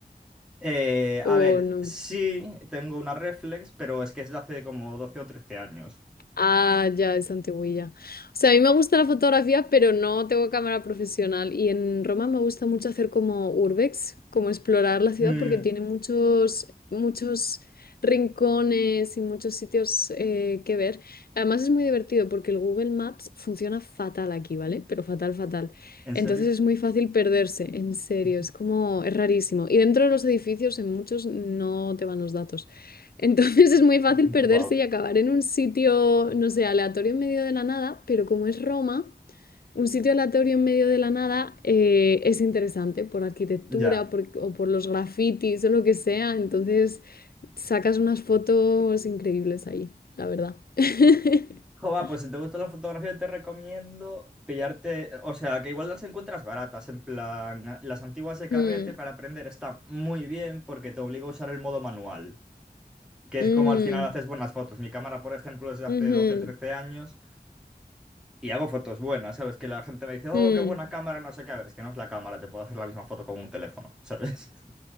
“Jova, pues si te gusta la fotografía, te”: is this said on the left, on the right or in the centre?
Centre